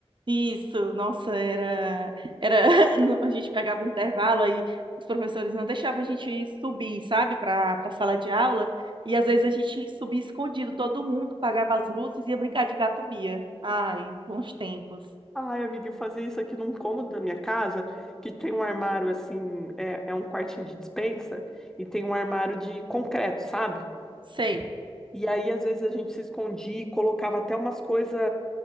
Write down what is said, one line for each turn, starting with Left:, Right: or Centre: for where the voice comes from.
Right: Isso, nossa, era, era, <laughs> no- a gente pegava o intervalo aí, os professores não deixavam a gente subir, sabe, para para sala de aula, e às vezes a gente subia escondido, todo mundo pagava as luzes e ia brincar de gato mia. Ai, bons tempos.
Centre: Ai, amiga, eu fazia isso aqui num cômodo da minha casa, que tem um armário assim, é, é um quartinho de despensa, e tem um armário de concreto, sabe?
Right: Sei.
Centre: E aí, às vezes, a gente se escondia e colocava até umas coisas,